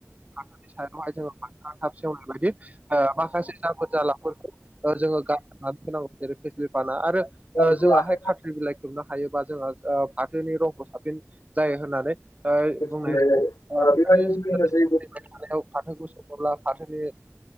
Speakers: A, on the right (about 30°); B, on the left (about 80°).
A: फाथोनि सायावहाय जोङो फाथोआ थाब सेवनाय बायदि ओ माखासे जाबोर जालाफोरखौ ओ जोङो गारना होनांगौ। जेरै फेसिलि बाना आरो
B: बे
A: जोंङाहाय खाथ्रि बिलाइ खोबनो हायोबा जोंहा फाथोनि रंखौ साबसिन जायो होननानै बुंनाय
B: बेबायदिनो
A: जायो <unintelligible>
B: जोङो जै
A: <inaudible> फैबाय थानायाव फाथोखौ सङोब्ला फाथोनि